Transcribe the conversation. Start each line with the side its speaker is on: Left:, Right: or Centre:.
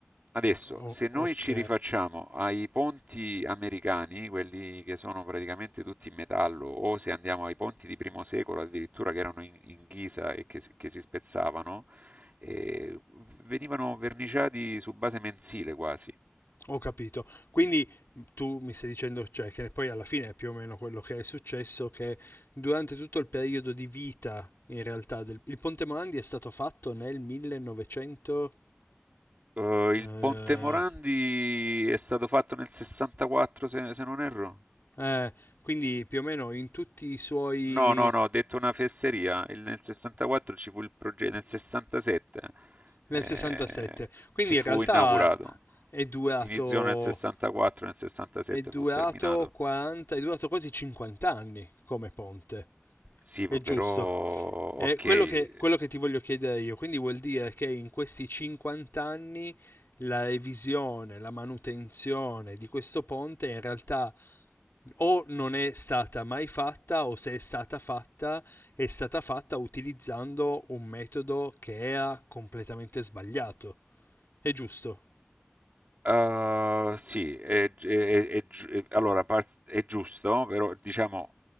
Right: Adesso,
Left: O-
Right: se noi
Left: ok.
Right: ci rifacciamo ai ponti americani, quelli che sono praticamente tutti in metallo, o se andiamo ai ponti di primo secolo addirittura che erano in, in ghisa e che, si- che si spezzavano, eh, venivano verniciati su base mensile quasi.
Left: Ho capito. Quindi mm, tu mi stai dicendo, cioè, che poi alla fine è più o meno quello che è successo, che durante tutto il periodo di vita, in realtà, del... il Ponte Morandi è stato fatto nel 1900...
Right: Eh, il
Left: eh,
Right: Ponte Morandi è stato fatto nel 64, se, se non erro.
Left: eh, quindi più o meno in tutti i suoi...
Right: No, no, no, ho detto una fesseria. Il- nel 64 ci fu il progetto, nel 67
Left: nel
Right: eh,
Left: 67. Quindi
Right: si
Left: in
Right: fu
Left: realtà
Right: inaugurato.
Left: è durato
Right: Iniziò nel 64, nel 67
Left: È durato
Right: fu terminato.
Left: 40, è durato quasi 50 anni come ponte.
Right: Sì,
Left: È
Right: però,
Left: giusto. È
Right: ok.
Left: quello che, quello che ti voglio chiedere io, quindi vuol dire che in questi 50 anni la revisione, la manutenzione di questo ponte in realtà o non è stata mai fatta o se è stata fatta è stata fatta utilizzando un metodo che era completamente sbagliato. È giusto.
Right: Uh, sì, è, gi- è- è gi- è- allora par- è giusto, però diciamo